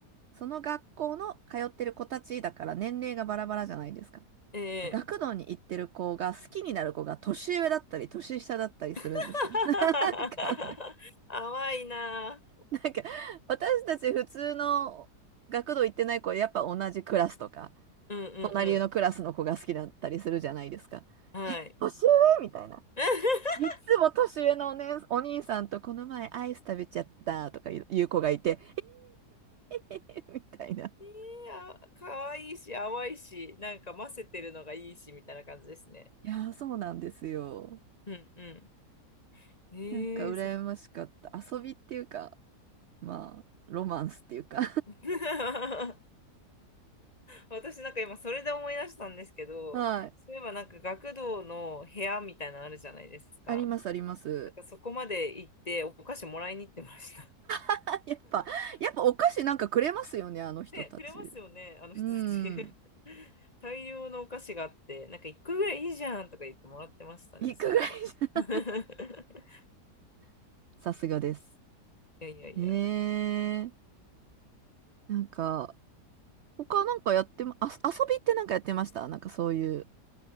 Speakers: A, on the right; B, on the left.
A: その学校の通ってる子たちだから年齢がバラバラじゃないですか。
B: ええ
A: 学童に行ってる子が好きになる子が年上だったり年下だったりするんですよ。
B: <laughs>
A: <laughs> なんか、
B: 淡いな。
A: なんか私たち普通の学童行ってない子はやっぱ同じクラスとか、
B: うんうん
A: 隣のクラスの子が好きだったりするじゃないですか。
B: うん。はい。
A: 年上みたいな。
B: <laughs>
A: 三つも年上のお,、ね、お兄さんとこの前アイス食べちゃったとかいう子がいて、えー、<laughs> みたいな。い
B: いや、可愛いし、淡いし、なんか混ぜてるのがいいし、みたいな感じですね。
A: やー、そうなんですよ。
B: うんうん。ええそっか。
A: なんか羨ましかった。遊びっていうか、まあ、ロマンスっていうか
B: <laughs> 私なんか今それで思い出したんですけど、
A: <laughs> はい。
B: そういえばなんか学童の部屋みたいなのあるじゃないですか。
A: あります、あります。
B: なんかそこまで行ってお菓子もらいに行ってました。
A: <laughs> あ、やっぱ、やっぱお菓子なんかくれますよね、あの人たち。
B: で、くれますよね、あの人たち。
A: うん。
B: <laughs> 大量のお菓子があって、なんか一個ぐらいいいじゃんとか言ってもらってましたね、
A: いくぐらいじゃ。
B: そういえば。<laughs>
A: <laughs> さすがです。
B: いやいやいや。
A: へえ。なんか、他なんかやってま、あ、遊びってなんかやってましたなんかそういう、